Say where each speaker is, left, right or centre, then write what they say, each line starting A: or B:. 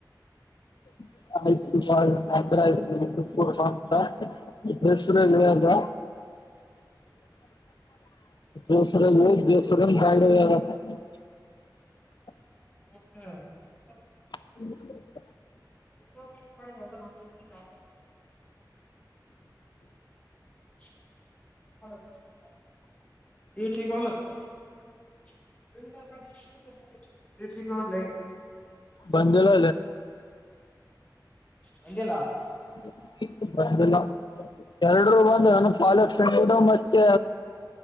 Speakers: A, on the left (about 80°); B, on the left (about 20°).
A: <unintelligible> <unintelligible> <unintelligible>
B: ಹ್ಮ್ ಹ್ಮ
A: <inaudible>
B: <unintelligible> <unintelligible> <unintelligible> ಸೀಟ್ ಸಿಗವಲ್ಲ
A: ಬಂದಲ್ಲ
B: ಬಂದಿಲ್ಲ
A: <unintelligible> ಬಂದಿಲ್ಲ ಎರಡುರು ಬಂದನು ಪಾಲಕ್ ಸೆಂಡ್ ದು ಮತ್ತೆ